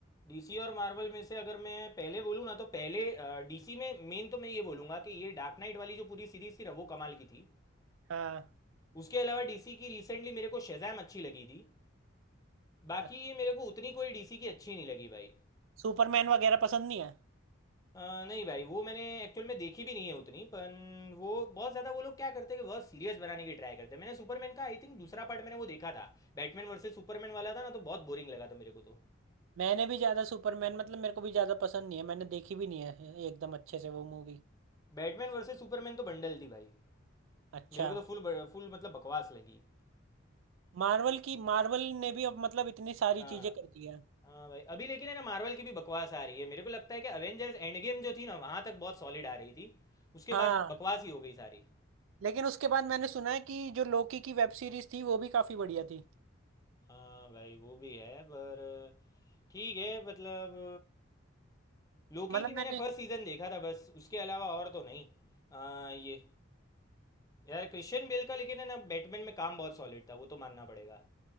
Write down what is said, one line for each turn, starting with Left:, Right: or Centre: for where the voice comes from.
Left: डीसी और मार्वल में से अगर मैं पहले बोलूँ ना तो पहले डीसी में मेन तो मैं ये बोलूँगा कि ये डार्क नाइट वाली जो पूरी सीरीज थी ना वो कमाल की थी
Right: हाँ
Left: उसके अलावा डीसी की रिसेंटली मेरे को शेजैम अच्छी लगी थी बाकी
Right: अच्छा,
Left: ये मेरे को उतनी कोई डीसी की अच्छी नहीं लगी भाई
Right: सुपरमैन वगैरह पसंद नहीं है
Left: अ, नहीं भाई वो मैंने एक्चुअल में देखी भी नहीं है उतनी पन वो बहुत ज़्यादा वो लोग क्या करते हैं कि बहुत सीरियस बनाने की ट्राई करते हैं मैंने सुपरमैन का आई थिंक दूसरा पार्ट मैंने वो देखा था बैटमैन वर्सेस सुपरमैन वाला था ना तो बहुत बोरिंग लगा था मेरे को तो
Right: मैंने भी ज्यादा सुपरमैन मतलब मेरे को भी ज्यादा पसंद नहीं है मैंने देखी भी नहीं है एकदम अच्छे से वो मूवी
Left: बैटमैन वर्सेस सुपरमैन तो बंडल थी भाई
Right: अच्छा
Left: मेरे को तो फुल फुल मतलब बकवास लगी
Right: मार्वल की मार्वल ने भी अब मतलब इतनी सारी
Left: हाँ
Right: चीजें कर दी है
Left: हाँ भाई अभी लेकिन है ना मार्वल की भी बकवास आ रही है मेरे को लगता है कि अवेंजर्स एंड गेम जो थी ना वहां तक बहुत सॉलिड आ रही थी उसके
Right: हाँ
Left: बाद बकवास ही हो गई सारी
Right: लेकिन उसके बाद मैंने सुना है कि जो लोकी की वेब सीरीज थी वो भी काफी बढ़िया थी
Left: हाँ भाई वो भी है पर ठीक है मतलब लोकी
Right: मतलब
Left: की
Right: मैंने
Left: मैंने फर्स्ट सीजन देखा था बस उसके अलावा और तो नहीं आ, ये यार क्रिश्चियन बेल का लेकिन है ना बैटमैन में काम बहुत सॉलिड था वो तो मानना पड़ेगा